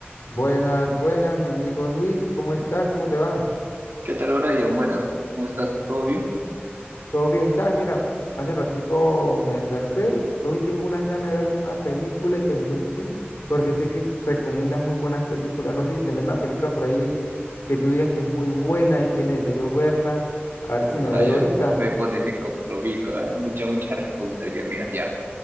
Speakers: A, on the left (about 85°); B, on the right (about 55°).
A: Buenas, buenas, mi amigo Luis, ¿cómo estás? ¿Cómo te va?
B: ¿Qué tal, Brian? Buenas, ¿cómo estás? ¿Todo bien?
A: ¿Todo bien? ¿Sabes? Mira, hace ratico me desperté y hoy tengo unas ganas de verme una película y pensé en ti, porque sé que s- recomiendas muy buenas películas. No sé si tendrá una película por ahí que tú digas que es muy buena y que es necesario verla. A ver
B: Uh,
A: si me
B: Brian,
A: la veo ahorita.
B: me pones en compromiso, ¿eh? Mucha, mucha responsabilidad. Mira, ya,